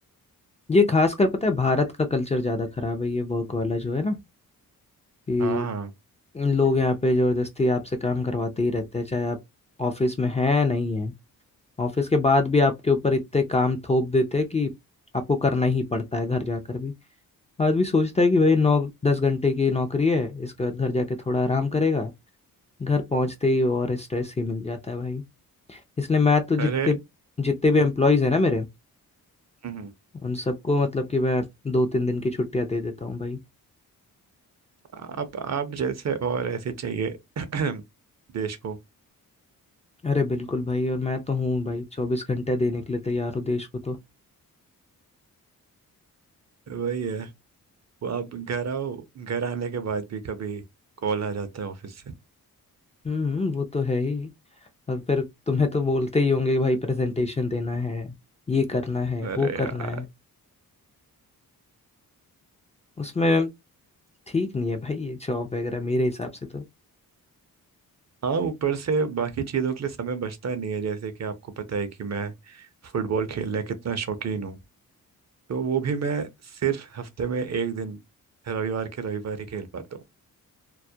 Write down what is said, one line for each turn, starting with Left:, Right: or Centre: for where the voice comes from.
Left: ये खासकर पता है भारत का कल्चर ज्यादा खराब है ये वर्क वाला जो है ना कि
Right: हाँ हाँ
Left: लोग यहाँ पे जबरदस्ती आपसे काम करवाते ही रहते हैं चाहे आप ऑफिस में हैं नहीं है ऑफिस के बाद भी आपके ऊपर इतने काम थोप देते हैं कि आपको करना ही पड़ता है घर जाकर भी आदमी सोचता है कि भाई नौ दस घंटे की नौकरी है इसके बाद घर जाके थोड़ा आराम करेगा घर पहुंचते ही और स्ट्रेस ही मिल जाता है भाई इसलिए मैं तो जितने
Right: अरे
Left: जितने भी एम्प्लॉयज हैं ना मेरे
Right: हम्म,
Left: उन सबको मतलब कि मैं दो तीन दिन की छुट्टियां दे देता हूँ भाई
Right: आप आप जैसे और ऐसे चाहिए <clears throat> देश को
Left: अरे बिल्कुल भाई और मैं तो हूँ भाई चौबीस घंटे देने के लिए तैयार हूँ देश को तो
Right: वही है वो आप घर आओ घर आने के बाद भी कभी कॉल आ जाता है ऑफिस से
Left: हम्म वो तो है ही और फिर तुम्हें तो बोलते ही होंगे कि भाई प्रेजेंटेशन देना है ये करना है
Right: अरे
Left: वो
Right: यार
Left: करना है उसमें ठीक नहीं है भाई ये जॉब वगैरह मेरे हिसाब से तो
Right: हाँ ऊपर से बाकी चीज़ों के लिए समय बचता नहीं है जैसे कि आपको पता है कि मैं फुटबॉल खेलने का कितना शौकीन हूँ तो वो भी मैं सिर्फ हफ्ते में एक दिन रविवार के रविवार ही खेल पाता